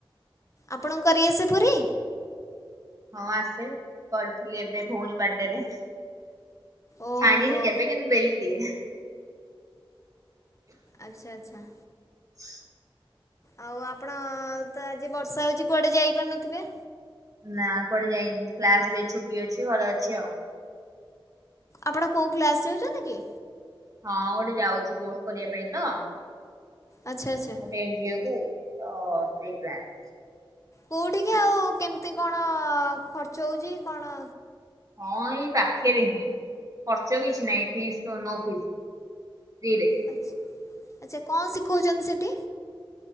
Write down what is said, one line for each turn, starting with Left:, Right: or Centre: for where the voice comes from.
Left: ଆପଣଙ୍କୁ କରି ଆସେ ପୁରୀ?
Right: ହଁ ଆସେ, କରିଥିଲି ଏବେ ଭଉଣୀ ବାର୍ଡେରେ।
Left: ଓହୋ
Right: ଛାଣୀନି କେବେ କିନ୍ତୁ ବେଲିଦିଏ।
Left: ଆଚ୍ଛା ଆଚ୍ଛା।
Right: ହ।
Left: ଆଉ ଆପଣ, ତ-ଆଜି ବର୍ଷା ହଉଛି କୁଆଡେ ଯାଇପାରୁନଥିବେ?
Right: ନା କୁଆଡେ ଯାଇନି। କ୍ଲାସ ବି ଆଜି ଛୁଟି ଅଛି। ଘରେ ଅଛି ଆଉ।
Left: ଆପଣ କଉ କ୍ଲାସ ଯାଉଛନ୍ତି କି?
Right: ହଁ ଗୋଟେ ଯାଉଛି, କୋର୍ସ କରିବା ପାଇଁ ତ।
Left: ଆଚ୍ଛା ଆଚ୍ଛା।
Right: ଗୋଟେ ଏନ୍ ଜିଓ କୁ, ତ ସେଇ କ୍ଲାସ୍।
Left: କୋଉଠିକି? ଆଉ କେମିତି କଣ ଖର୍ଚ୍ଚ ହଉଛି? କଣ?
Right: ହଁ ଏଇ ପାଖରେ ହିଁ ଖର୍ଚ୍ଚ କିଛି ନାହିଁ ଫିସ୍ ନୋ ଫିସ୍। ଫ୍ରିରେ।
Left: ଆଚ୍ଛା ଆଚ୍ଛା କଣ ଶିଖଉଛନ୍ତି ସେଠି?